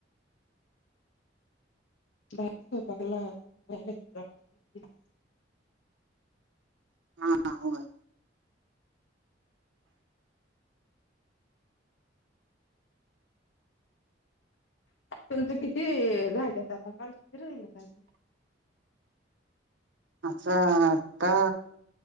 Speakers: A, on the left; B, on the right.
A: बाप <unintelligible> बित वातेती ना
B: हा होय
A: तुमचं किती झालेत आता कल किती राहिल अजून,
B: आजचा आता